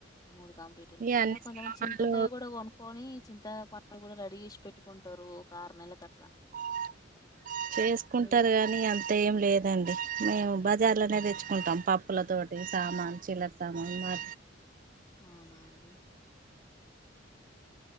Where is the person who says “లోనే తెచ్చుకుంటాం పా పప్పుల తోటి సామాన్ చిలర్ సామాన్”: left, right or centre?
Right